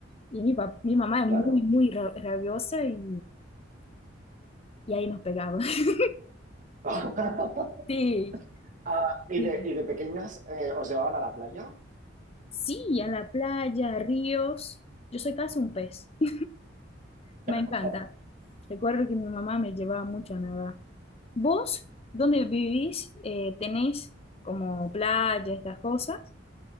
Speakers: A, on the left; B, on the right.
A: Y mi, pap- mi mamá es
B: Claro.
A: muy, muy ra- rabiosa y, y ahí nos pegaba. <laughs>
B: <laughs>
A: Sí,
B: Ah, ¿y
A: sí.
B: de, y de pequeñas eh, os llevaban a la playa?
A: Sí, a la playa, a ríos. Yo soy casi un pez. <laughs> Me
B: <laughs>
A: encanta. Recuerdo que mi mamá me llevaba mucho a nadar. ¿Vos, dónde vivís? Eh, ¿tenés como playa, estas cosas?